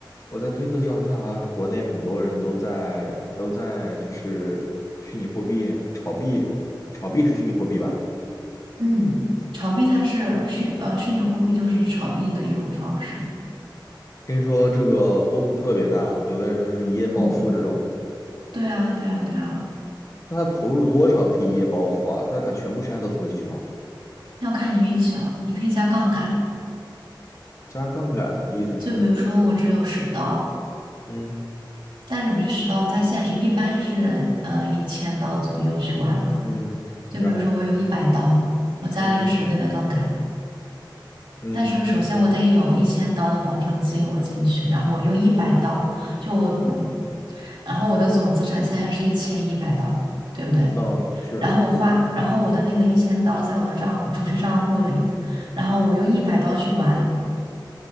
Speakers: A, on the left; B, on the right.
A: 我在推特上看，好像国内很多人都在都在就是虚拟货币炒币，炒币是虚拟货币吧？
B: 嗯，炒币它是虚呃虚拟货币就是炒币的一种方式，
A: 听说这个波动特别大，有的人就是一夜暴富这种。
B: 嗯，对啊，对啊，对啊。
A: 那他投入多少可以一夜暴富啊？他把全部身家都投进去吗？
B: 要看你运气了，你可以加杠杆。
A: 加杠杆意思是，
B: 就比如说，我只有十刀，
A: 嗯
B: 但是我觉得十刀不太现实，一般是呃一千刀左右去玩嘛。
A: 嗯，
B: 就比如说，
A: 然后
B: 我有一百刀，我加了一个十倍的杠杆，
A: 嗯嗯
B: 但是首先我得有一千刀的保证金我进去，然后我用一百刀，就我我，然后我的总资产现在是一千一百刀，对不对？
A: 嗯是
B: 然后我花，然后我的那个一千刀在我的账储蓄账户里，然后我用一百刀去玩。